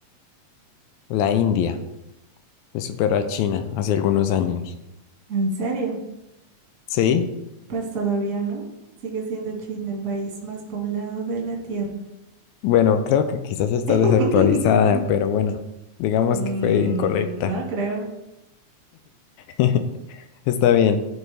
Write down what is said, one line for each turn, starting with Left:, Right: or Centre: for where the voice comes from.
Left: La India, que superó a China hace algunos años.
Right: ¿En serio?
Left: ¿Sí?
Right: Pues todavía no. Sigue siendo China el país más poblado de la Tierra.
Left: Bueno, creo que quizás está
Right: <laughs>
Left: desactualizada, pero bueno, digamos
Right: Mm,
Left: que fue incorrecta.
Right: no creo.
Left: <laughs> Está bien.